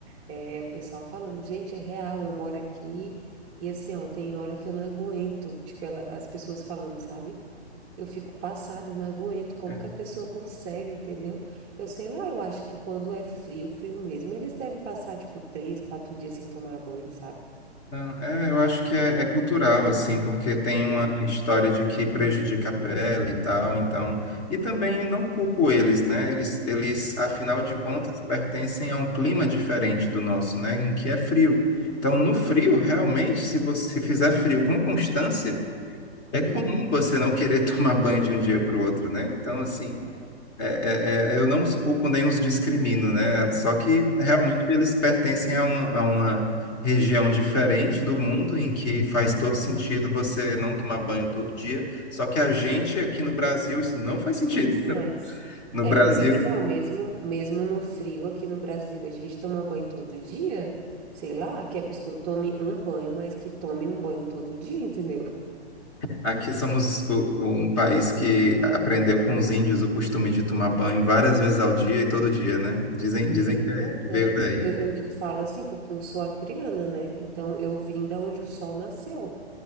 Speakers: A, on the right (about 15°); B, on the left (about 25°).
A: É, o pessoal falando, gente, é real, eu moro aqui e assim, ó, tem hora que eu não aguento, tipo, ela- as pessoas falando, sabe? Eu fico passada, eu não aguento, como
B: É,
A: que a pessoa consegue, entendeu? Eu sei lá, eu acho que quando é frio, frio mesmo, eles devem passar, tipo, três, quatro dias sem tomar banho, sabe?
B: Não, é, eu acho que é, é cultural, assim, porque tem uma
A: Hum,
B: história de que prejudica a pele e tal, então. E também não culpo eles, né? Eles, eles, afinal de contas,
A: é,
B: pertencem a um clima diferente do nosso, né? Em que é frio. Então, no frio, realmente, se você se fizer frio com constância, É
A: sim,
B: comum você não querer <laughs> tomar banho de um dia para o outro, né? Então, assim,
A: é,
B: é- é- é- eu não os culpo nem os discrimino, né? Só que realmente
A: é, <laughs>
B: eles pertencem a, um- a uma região diferente do mundo em que faz todo sentido
A: sim.
B: você não tomar banho todo dia. Só que a gente aqui no Brasil, isso não faz sentido.
A: Nossa,
B: <laughs>
A: mas
B: No
A: é
B: Brasil,
A: porque assim, ó, mesmo, mesmo no frio aqui no Brasil, a gente toma banho todo dia, sei lá, que a pessoa tome um banho, mas que tome um banho todo dia, entendeu?
B: aqui somos o- um país que aprendeu com os índios o costume de tomar banho várias vezes ao dia e todo dia, né? Dizem, dizem
A: Meu
B: que
A: Deus,
B: é- que
A: né?
B: veio daí.
A: Eu,
B: <laughs>
A: eu te falo assim porque eu sou acriana, né? Então eu vim da onde o sol nasceu,